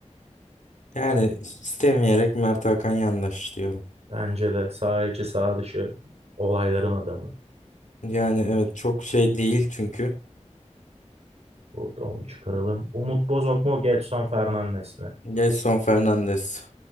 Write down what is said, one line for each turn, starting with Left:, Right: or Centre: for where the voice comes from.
Left: Yani istemeyerek Mert Hakan yandaş diyorum.
Right: Bence de sağ içi sağ dışı olayların adamı.
Left: Yani evet çok şey değil çünkü.
Right: Burada onu çıkaralım. Umut Bozok mu? Gedson Fernandes mi?
Left: Gelson Fernandes.